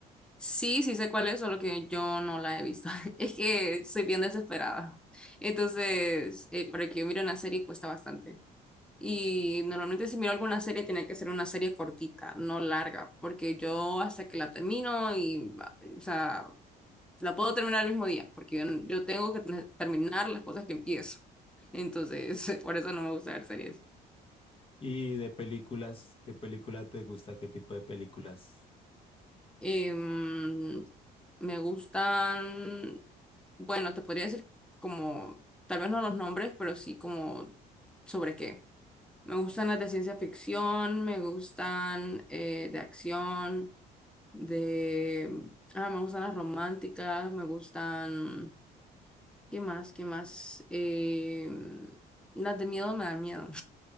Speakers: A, in the centre; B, on the left.
A: Sí, sí sé cuál es, solo que yo no la he visto. <laughs> Es que soy bien desesperada. Entonces, eh, para que yo mire una serie cuesta bastante. Y normalmente si miro alguna serie tiene que ser una serie cortita, no larga, porque yo hasta que la termino y, o sea, La puedo terminar el mismo día, porque yo, yo tengo que tener- terminar las cosas que empiezo. Entonces, <laughs> por eso no me gusta ver series.
B: Y de películas, ¿de película te gusta? ¿Qué tipo de películas?
A: Em, me gustan, bueno, te podría decir como, tal vez no los nombres, pero sí como sobre qué. Me gustan las de ciencia ficción, me gustan eh, de acción, de... Ah, me gustan las románticas, me gustan... ¿Qué más? ¿Qué más? Em, las de miedo me dan miedo.